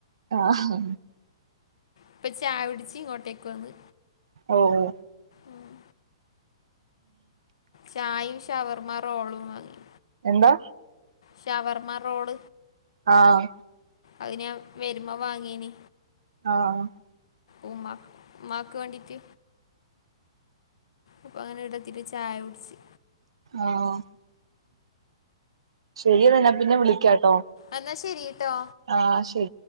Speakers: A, on the right; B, on the left.
A: ആഹ്
B: ഇപ്പ ചായകുടിച്ച് ഇങ്ങോട്ടേക്ക് വന്ന്
A: ഓഹ് ഓ
B: ഉം. ചായയും ഷവർമ്മ റോളും വാങ്ങി
A: എന്താ
B: ശവർമാ റോൾ
A: ആഹ്
B: അത്ഞാൻ വരുമ്പോ വാങ്ങീന്
A: ആഹ്
B: ഓമാ ഉമ്മാക്ക് വേണ്ടിട്ട് അപ്പൊ അങ്ങനെ ഇടത്തിരി ചായ കുടിച്ചച്ച്
A: ആഹ് ശരിയന്നാ പിന്നെ വിളിക്കാംട്ടോ
B: എന്നാശരി ട്ടോ
A: ആഹ്ശരി